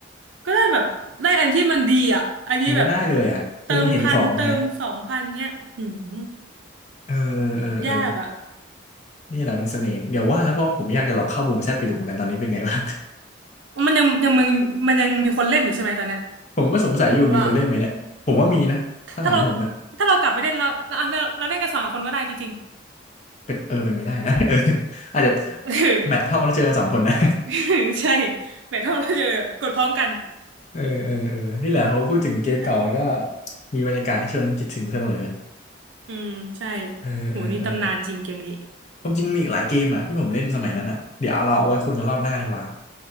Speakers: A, on the right; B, on the left.
A: ก็ได้แบบได้อันที่มันดีอ่ะอันนี้แบบ
B: มันก็ได้เลยอ่ะคือมันเห็นของไง
A: เติมพันเติมสองพันเงี้ยหืม
B: เออเออเออ
A: ยากอ่ะ
B: นี่แหละเป็นเสน่ห์เดี๋ยวว่าแล้วเพราะผมอยากจะลองเข้าบูมแชทไปดูเหมือนกันตอนนี้เป็นไงบ้าง
A: มันยังยังมึงมันยังมีคนเล่นอยู่ใช่ไหมตอนเนี้ย
B: <laughs> ผมก็สงสัยอยู่มีคนเล่นไหมเนี่ยผมว่ามีนะถ้าถามผมนะ
A: คุณว่าถ้าเราถ้าเรากลับไปเล่นแล้วเราเราเราเล่นกันสองคนก็ได้จริง
B: เป็นเออเป็นไม่ได้นะ <laughs> เอออาจจะ
A: ๆ <laughs> เออ
B: แมทห้องแล้วเจอกันสองคนนะ
A: <laughs> ใช่แมทเท่าเราจะกดพร้อมกัน
B: <laughs> เออเออเออนี่แหละพอพูดถึงเกมเก่ามันก็
A: แหละ
B: มีบรรยากาศให้ชวนคิดถึงเสมอ
A: อืมใช่
B: เออเออเออ
A: โหนี่ตำนานจริงเกมนี้
B: ความจริงมีอีกหลายเกมอ่ะที่ผมเล่นสมัยนั้นอ่ะเดี๋ยวเราเอาไว้คุยกันรอบหน้าดีกว่า